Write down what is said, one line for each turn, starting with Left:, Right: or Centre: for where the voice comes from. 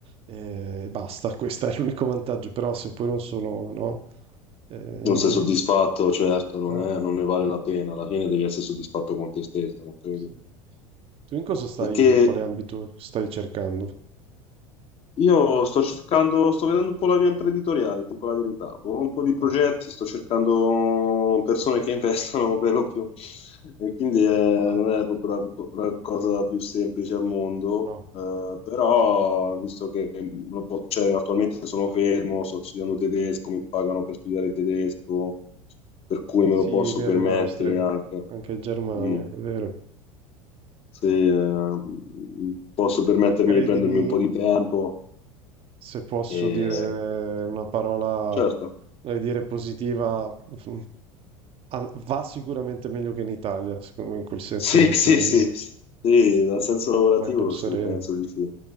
Right: e basta. <laughs> Questo è l'unico vantaggio. Però se poi non sono, no? eh,
Left: Non sei soddisfatto, certo, non
Right: eh,
Left: è- non ne vale la pena. Alla fine devi essere soddisfatto con te stesso, non credi?
Right: Sì. Tu in cosa stai,
Left: E che,
Right: in quale ambito stai cercando?
Left: Io sto cercando, sto vedendo un po' la via imprenditoriale, ti dico la verità. Ho un po' di
Right: No,
Left: progetti, sto cercando persone che <laughs> investono per lo più. E quindi eh, non
Right: no,
Left: è proprio la, la cosa più semplice al mondo,
Right: no.
Left: eh, però visto che lo po- cioè, attualmente sono fermo, sto studiando tedesco, mi pagano per studiare tedesco, per cui
Right: Sì,
Left: me lo posso
Right: è vero,
Left: permettere
Right: in Austria,
Left: anche.
Right: anche in Germania,
Left: Mm.
Right: è vero.
Left: Se eh, mm, posso permettermi
Right: Credimi,
Left: di prendermi un po' di tempo
Right: se posso
Left: Sì. e
Right: dire una parola,
Left: Certo.
Right: voglio dire positiva, mm, ah, va sicuramente meglio che in Italia, secondo me, in quel senso
Left: Sì,
Right: lì,
Left: sì,
Right: quindi
Left: sì, sì, dal senso lavorativo
Right: vai pur
Left: sì,
Right: sereno.
Left: penso di sì,